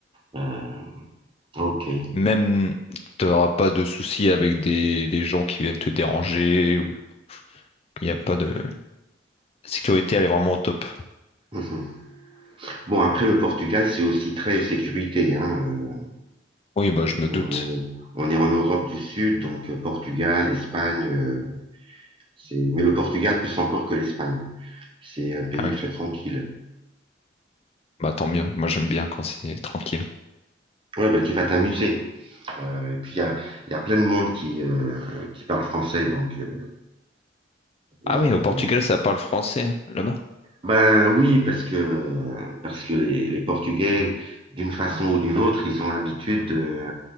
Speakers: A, on the right; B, on the left.
A: Euh, ok.
B: Même, t'auras pas de soucis avec des, des gens qui viennent te déranger ou il n'y a pas de... La sécurité, elle est vraiment au top.
A: Mhm. Bon, après, le Portugal, c'est aussi très sécurité, hein. Euh,
B: Oui, bah je me
A: on
B: doute.
A: est, on est en Europe du Sud, donc euh, Portugal, Espagne, euh, c'est... Mais le Portugal, plus encore que l'Espagne. C'est un pays
B: Ah oui,
A: très tranquille.
B: bah tant mieux. Moi, j'aime bien quand c'est tranquille.
A: Ouais, ben, tu vas t'amuser. Euh, et puis, il y a, il y a plein de monde qui, euh, qui parle français, donc, euh, donc
B: Ah oui, au Portugal,
A: euh,
B: ça parle français, là-bas?
A: Ben oui, parce que, parce que les, les Portugais, d'une façon ou d'une autre, ils ont l'habitude de,